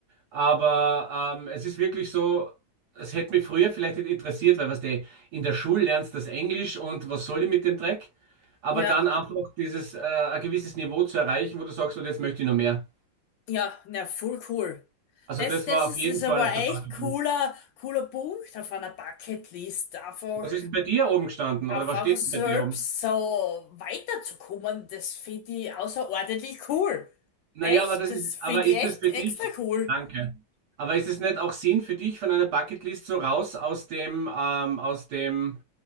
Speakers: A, on the right; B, on the left.
A: aber ähm, es ist wirklich so, es hätte mich früher vielleicht nicht interessiert, weil was du in der Schule lernst das Englisch und was soll ich mit dem Dreck? Aber
B: Ja.
A: dann einfach dieses, äh, ein gewisses Niveau zu erreichen, wo du sagst, und jetzt möchte ich noch mehr.
B: Ja, na, voll cool.
A: Also
B: Das,
A: das
B: das
A: war
B: ist,
A: auf jeden
B: das ist einmal
A: Fall auf der
B: echt
A: Bucketlist.
B: cooler, cooler Punkt auf einer Bucketlist. Einfach,
A: Was ist denn bei dir oben gestanden
B: einfach
A: oder was steht
B: selbst
A: denn bei dir oben?
B: so weiterzukommen, das finde ich außerordentlich cool.
A: Naja,
B: Echt,
A: aber das
B: das
A: ist,
B: finde
A: aber ist
B: ich echt
A: es für dich?
B: extra cool.
A: Danke. Aber ist es nicht auch Sinn für dich von einer Bucketlist so raus aus dem, ähm, aus dem,